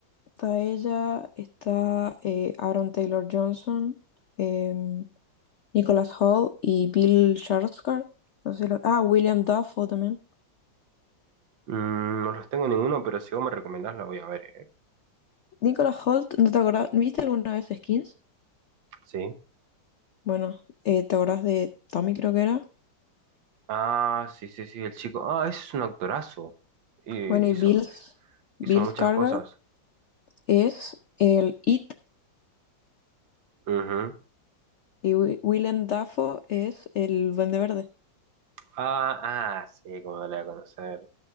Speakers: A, on the left (about 85°); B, on the right (about 80°).
A: Está ella, está eh, Aaron Taylor Johnson, em, Nicholas Hoult y Bill Skarsgård. No sé si lo- Ah, William Dafoe también.
B: Mm, no los tengo ninguno, pero si vos me recomendás la voy a ver, ¿eh?
A: Nicholas Hoult, ¿no te acordás? ¿No ¿Viste alguna vez Skins?
B: Sí.
A: Bueno, eh, ¿te acordás de Tommy, creo que era?
B: Ah, sí, sí, sí, el chico. Ah, ese es un actorazo. Y
A: Bueno, y
B: hizo,
A: Bill, Bill
B: hizo muchas
A: Skarsgård
B: cosas.
A: es el It
B: Ujú.
A: y Wi- William Dafoe es el Duende Verde.
B: Ah, ah, sí, como no la voy a conocer.